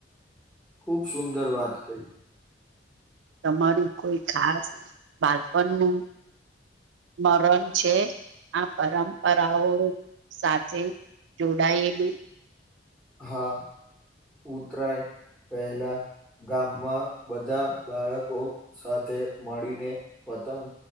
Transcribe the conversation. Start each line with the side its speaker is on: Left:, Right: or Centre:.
Centre: ખૂબ સુંદર વાત કહી
Right: તમારું કોઈ ખાસ બાળપણની મરણ છે આ પરંપરાઓ સાથે જોડાયેલું
Centre: હા ઉતરાય પહેલા ગામમાં બધા બાળકો સાથે મળીને વ પતંગ